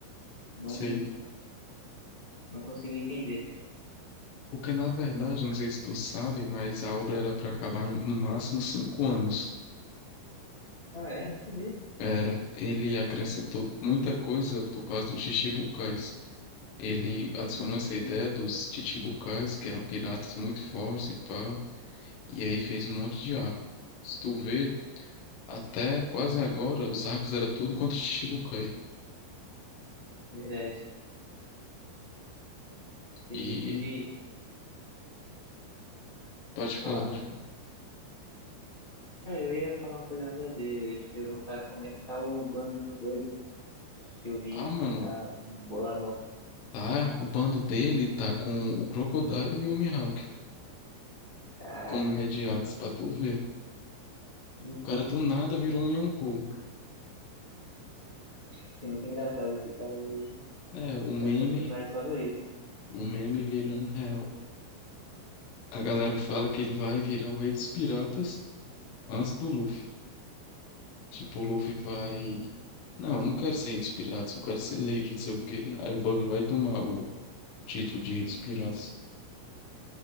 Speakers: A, on the left; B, on the left.
A: Não,
B: sei.
A: não consigo entender.
B: Porque, na verdade, não sei se tu sabe, mas a obra era para acabar em, no máximo cinco anos.
A: Ah, é? Não sabia.
B: Era. Ele acrescentou muita coisa por causa dos chichibukais. Ele adicionou
A: Hum,
B: essa ideia dos chichibukais, que eram piratas muito fortes e pá. E aí fez um monte de arco. Se tu vê, até quase agora, os arcos eram tudo contra chichibukai.
A: verdade. Teve,
B: E
A: teve,
B: pode
A: vou
B: falar,
A: falar.
B: pode...
A: Ah, eu ia falar uma coisa nada a ver. Eu ia te perguntar como é que tá o bando do Bug, que eu vi
B: Ah, mano,
A: que ele tá boladão.
B: Tá, o bando dele tá com o Crocodile e o Mihawk
A: Caraca.
B: como imediatos pra tu ver.
A: Então,
B: O cara do nada virou um Yonkou,
A: isso é muito engraçado. Esse cara aí
B: né? O meme,
A: é um dos meus personagens favoritos.
B: o meme virando real. A galera fala que ele vai virar o Rei dos Piratas antes do Luffy. Tipo, o Luffy vai. Não, eu não quero ser Rei dos Piratas, eu quero ser Leiro, não sei o quê. Aí o Bug vai tomar o título de Rei dos Piratas.